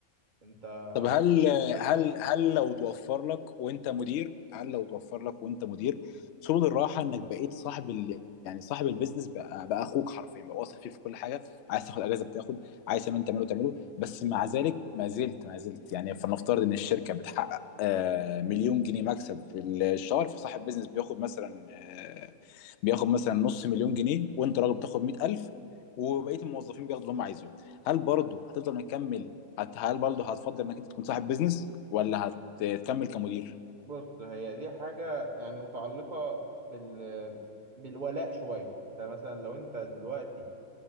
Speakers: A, on the right (about 35°); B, on the left (about 65°).
A: انت
B: طب هل
A: ممكن
B: هل هل لو توفر لك وانت مدير هل لو توفر لك وانت مدير سبل الراحه انك بقيت صاحب ال... يعني صاحب البيزنس بقى, بقى اخوك حرفيا بقى واثق فيه في كل حاجه عايز تاخد اجازه بتاخد عايز تعمل تعمله تعمله بس مع ذلك ما زلت ما زلت يعني فلنفترض ان الشركه بتحقق آه، مليون جنيه مكسب في الشهر فصاحب بيزنس بياخد مثلا آه، بياخد مثلا نص مليون جنيه وانت راجل بتاخد 100000 وبقيه
A: مم.
B: الموظفين بياخدوا اللي هم عايزينه هل برضه هتفضل مكمل هت هل برضه هتفضل انك انت تكون صاحب بيزنس ولا هتكمل كمدير؟
A: بص هي دي حاجه يعني متعلقه بال بالولاء شويه انت مثلا لو انت دلوقتي